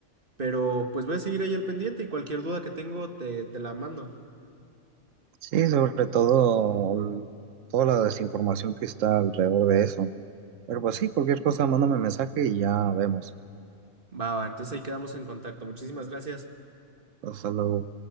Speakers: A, on the right; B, on the right.
A: Pero pues voy a seguir ahí al pendiente y cualquier duda que tengo te, te la mando.
B: Sí, sobre todo mm, toda la desinformación que está alrededor de eso. Pero pues sí, cualquier cosa, mándame mensaje y ya vemos.
A: Va, va, entonces ahí quedamos en contacto. Muchísimas gracias.
B: Hasta luego.